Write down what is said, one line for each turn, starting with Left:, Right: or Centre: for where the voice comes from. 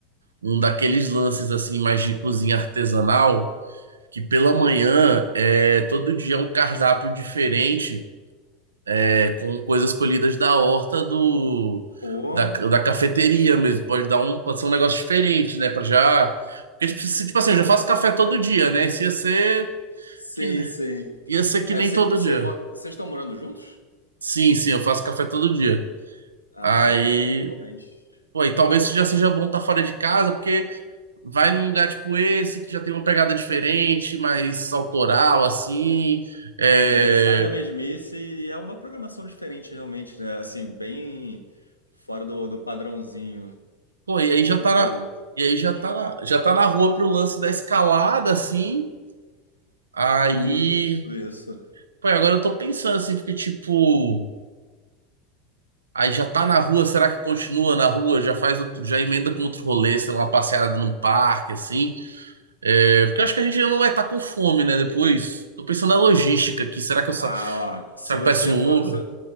Right: um daqueles lances assim mais de cozinha artesanal, que pela manhã é todo dia é um cardápio diferente, é, com coisas colhidas da horta do
Left: Pô.
Right: da, da cafeteria mesmo. Pode dar um, pode ser um negócio diferente, né, Pra já porque tipo, se- tipo assim, eu já faço café todo dia, né? Se ia ser
Left: Sim,
Right: que
Left: sim.
Right: Ia ser que
Left: É,
Right: nem
Left: cê-
Right: todo
Left: vocês
Right: dia.
Left: mo- vocês estão morando juntos?
Right: Sim, sim, eu faço café todo dia.
Left: Ah,
Right: Aí,
Left: então realmente.
Right: pô, e talvez já seja bom estar fora de casa, porque vai num lugar tipo esse, que já tem uma pegada diferente, mais autoral, assim. É...
Left: Sim, sai da mesmice e é uma programação diferente, realmente, né? Assim, bem fora do, do padrãozinho.
Right: Pô, e aí
Left: Com
Right: já
Left: certeza.
Right: tá na... E aí já
Left: Fechou.
Right: tá na... já tá na rua pro lance da escalada, assim. Aí,
Left: Isso, isso.
Right: pô, e agora eu tô pensando, assim, porque, tipo... Aí já tá na rua, será que continua na rua? Já faz, outro- já emenda com outro rolê, sei lá, uma passeada num parque, assim. É, porque eu acho que a gente não vai estar com fome, né? Depois. Tô pensando na logística aqui. Será que eu,
Left: Ah,
Right: sa-
Left: ó. Se
Right: será
Left: você
Right: que eu peço um
Left: for.
Right: Uber?
Left: Se,